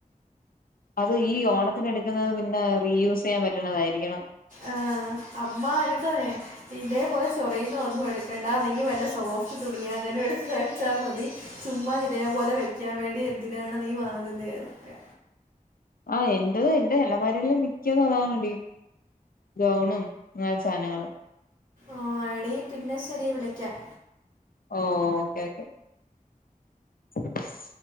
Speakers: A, on the left; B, on the right.
A: അത് ഈ ഓണത്തിന് എടുക്കുന്നത് പിന്നെ റീ യൂസ് ചെയ്യാൻ പറ്റുന്നതായിരിക്കണം
B: ആഹ് അമ്മ എടുത്ത ഇതേപോലെ ചൊറിയുന്ന ഒന്നും എടുക്കണ്ട നീ വല്ല സോഫ്റ്റ് തുണിയ അങ്ങനെ എടുത്ത് വച്ചാൽ മതി ചുമ്മാ ഇതേപോലെ വെക്കാൻ വേണ്ടി എന്തിനാണ് നീ വാങ്ങുന്ന എന്നൊക്കെ
A: ആഹ് എന്റത് എന്റെ അല്ലമാരെല്ലാം മിക്കത് അതാണടി ഗൗണും അങ്ങനെ സാധനങ്ങളും
B: ആഹ് എടി പിന്നെ ശരി വിളിക്കാം
A: ഓ ഓക്കേ ഓക്കെ ഉ <unintelligible>